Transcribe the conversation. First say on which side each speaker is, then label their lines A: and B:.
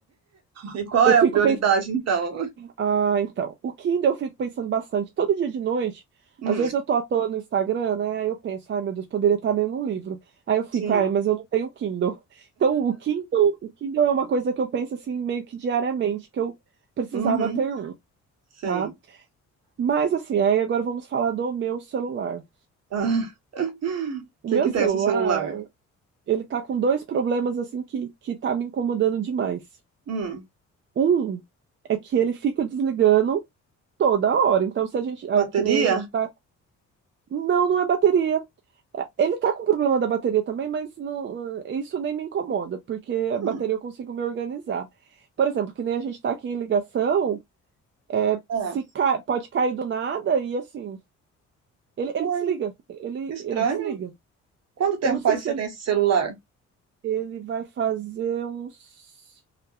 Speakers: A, on the right (about 55°); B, on the right (about 40°).
A: E qual
B: Eu
A: é
B: fico
A: a prioridade, então?
B: ah, então. O Kindle eu fico pensando bastante. Todo dia de noite,
A: Hum,
B: às vezes eu tô à toa no Instagram, né? Aí eu penso, ai meu Deus, poderia estar lendo um livro. Aí eu fico,
A: sim.
B: ai, mas eu não tenho Kindle. <laughs> Então, o Kindle, o Kindle é uma coisa que eu penso assim meio que diariamente, que eu precisava
A: Uhum.
B: ter um,
A: Sei.
B: tá? Mas assim, aí agora vamos falar do meu celular.
A: Ah, o
B: O
A: que
B: meu
A: que
B: celular,
A: tem esse celular?
B: ele tá com dois problemas assim que que tá me incomodando demais.
A: Hum,
B: Um é que ele fica desligando toda hora. Então, se a gente, é
A: bateria?
B: que nem a gente tá Não, não é bateria. É, Ele tá com problema da bateria também, mas não, eh, isso nem me incomoda, porque
A: Hum,
B: a bateria eu consigo me organizar. Por exemplo, que nem a gente tá aqui em ligação, é,
A: é.
B: se ca- pode cair do nada e assim, ele, ele
A: Uai,
B: desliga, ele,
A: que estranho.
B: ele desliga.
A: Quanto tempo
B: Eu não
A: faz
B: sei se
A: que você
B: ele,
A: tem esse celular?
B: ele vai fazer uns,